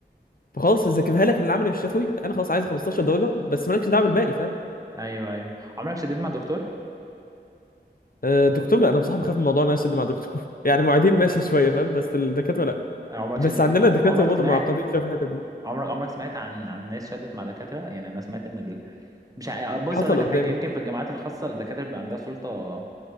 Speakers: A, on the left; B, on the right.
A: فخلاص هذاكرها لك للعملي والشفوي انا خلاص عايز 15 درجه بس مالكش دعوه بالباقي فاهم
B: ايوه ايوه عمرك شديت مع دكتور
A: آه، الدكتور لا انا بصراحه بخاف من موضوع ان انا اشد مع الدكتور <laughs> يعني معيدين ماشي شويه فاهم بس الدكاتره لا
B: عمرك
A: بس
B: شديت
A: عندنا
B: مع
A: الدكاتره
B: عمرك
A: برضه
B: سمعت
A: معقدين شويه في الحته دي
B: عمرك عمرك سمعت عن عن ناس شدت مع دكاترة يعني انا سمعت ان ال... مش ع- بص
A: حصل
B: اقول لك الحاجة
A: قدامي
B: يمكن في الجامعات الخاصة الدكاترة بيبقى عندها سلطة